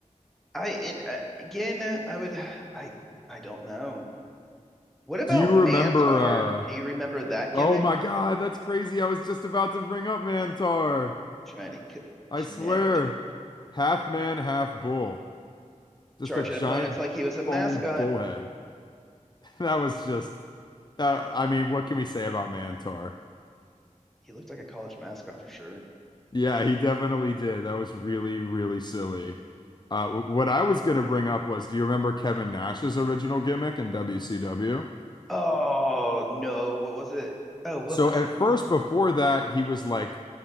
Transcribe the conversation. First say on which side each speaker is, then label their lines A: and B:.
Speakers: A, in the centre; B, on the left.
A: I and uh, again, I would, I, I don't know. What about
B: Do you
A: Mantar?
B: remember uh
A: Do you remember that gimmick?
B: oh my God, that's crazy. I was just about to bring up Mantar.
A: Trying to c
B: I
A: connect,
B: swear. Half man, half bull. Just
A: charge
B: a giant
A: at opponents like he was a mascot.
B: foam bullhead. <laughs> That was just uh, I mean, what can we say about Mantar?
A: He looked like a college mascot for sure.
B: Yeah, he definitely did. That was really, really silly. Uh, w- what I was going to bring up was, do you remember Kevin Nash's original gimmick in WCW?
A: Oh no, what was it? Oh, what
B: So
A: was
B: at
A: it?
B: first, before that, he was like